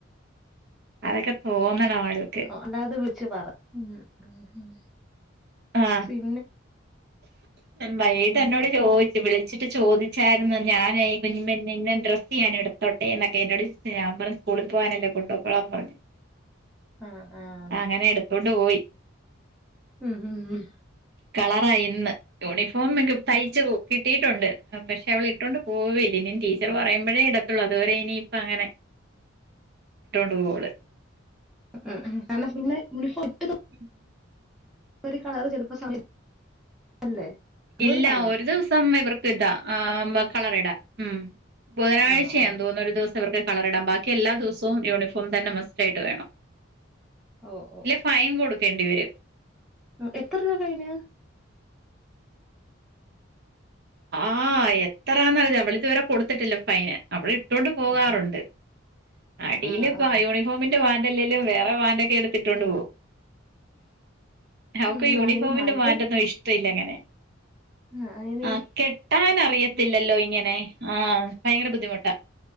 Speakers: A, on the right (about 55°); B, in the centre.
A: അതൊക്കെ തോന്നണ ആള്
B: ആഹ് ഒന്നത് വിളച്ച് പറ ഉം ഉം ഉം
A: ആഹ്
B: പിന്നെ
A: വൈകിട്ട്
B: ഉം
A: എന്നോട് ചോദിച്ച വിളിച്ചിട്ട് ചോദിച്ചായിരുന്നു ഞാൻഈ കുഞ്ഞിന്നെ ഇങ്ങെ ഡ്രസ് ചെയ്യാൻ എടുത്തോട്ടെ എന്നൊക്കെ എന്നോട് ഞാൻ പറഞ്ഞ സ്കൂളി പോകാനല്ലേ കൊണ്ടോക്കൊളാൻ പറഞ്ഞു
B: ആഹ് ആഹ്
A: അങ്ങനെ എടുത്തോണ്ട് പോയി
B: ഉം ഉം
A: കളറാ ഇന്ന് യൂണിഫോം ഒക്കെ തയ്ച്ച
B: ആ,
A: പോ കിട്ടിട്ടുണ്ട് പക്ഷെ അവള് ഇട്ടോണ്ട് പോയില്ല ഇനി ടീച്ചർ പറയുമ്പോഴേ ഇടത്തുള്ളു അതുവരെ ഇനിയിപ്പ അങ്ങനെ ഇട്ടോണ്ട് പോവു വള്
B: ഉം ഉം <unintelligible>
A: ഉം
B: ഒരു കലറ് ചിലപ്പോ സമയം അല്ലേ അതുകൊണ്ടാന്നോ?
A: ഇല്ല ഒരു ദിവസം ഇവർക്ക് ഇതാ ആം കളർ ഇടാം ഉം ബുധനാഴ്ചയാം
B: ആണോ? ആ.
A: തോന്നുന്നു ഒരു ദിവസം ഇവക്ക് കളർ ഇടാം ബാക്കി എല്ലാ ദിവസവും യൂണിഫോം തന്നെ മസ്റ്റായിട്ട് വേണം
B: ഓ, ഓ,
A: ഇല്ല ഫൈൻ കൊടുക്കേണ്ടി വരും
B: ഉം എത്ര രൂപ ഫൈന്
A: ആഹ് എത്രാന്നറില അവളിതുവരെ കൊടുത്തിട്ടില്ല ഫൈന് അവൾ ഇട്ടൊണ്ട് പോവാറുണ്ട്
B: ഓ, ഓ.
A: അടിയില്
B: ആ, ആ.
A: പ യൂണി ഫോമിന്റെ വൻ്ല്ലെലും വേറെ വാന്റൊക്കെ എടുത്തിട്ടൊണ്ട് പോവു അവക്ക്
B: ഉം.
A: യൂണിഫോമിന്റെ
B: അല്ല ഈ മഴ
A: വാന്റൊന്നു ഇഷ്ടല്ല അങ്ങനെ
B: ആഹ് ഏ
A: ആഹ് കെട്ടാൻ അറിയത്തില്ലല്ലോ ഇങ്ങനെ ആഹ് ഭയങ്കര ബുദ്ധിമുട്ടാ